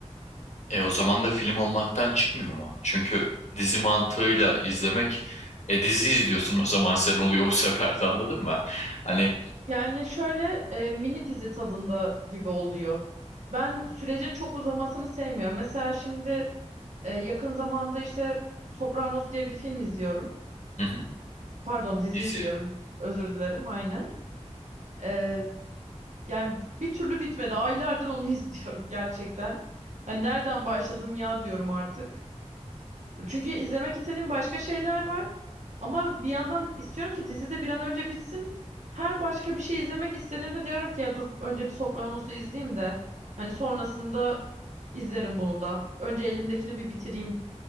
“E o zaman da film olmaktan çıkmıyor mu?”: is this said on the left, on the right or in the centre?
Left